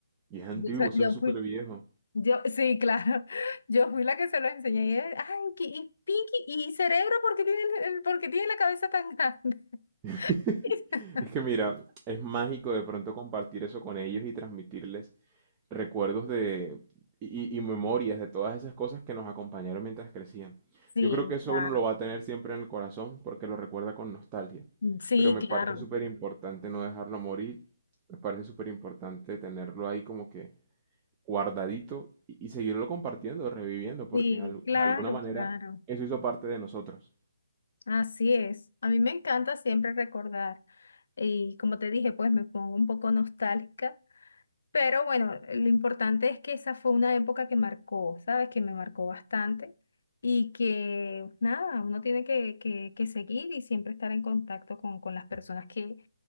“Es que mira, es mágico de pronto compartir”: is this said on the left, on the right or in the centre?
Right